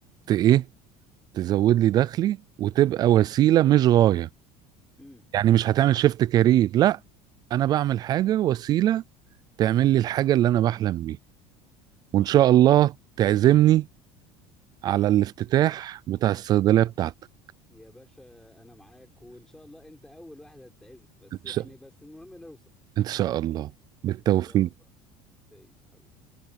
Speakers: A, on the right; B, in the centre.
A: ت إيه تزود لي دخلي وتبقى وسيلة مش غاية
B: امم
A: يعني مش هتعمل شيفت كارير لا أنا بعمل حاجة وسيلة تعمل لي الحاجة اللي أنا بحلم بيها وان شاء الله تعزمني على الافتتاح بتاع الصيدليه بتاعتك
B: يا باشا انا معاك وان شاء الله انت اول واحد هتتعزب بس
A: ان
B: يعني
A: شاء
B: بس المهم نوصل
A: إن شاء الله بالتوفيق
B: ان شاء الله تعيش حبيبي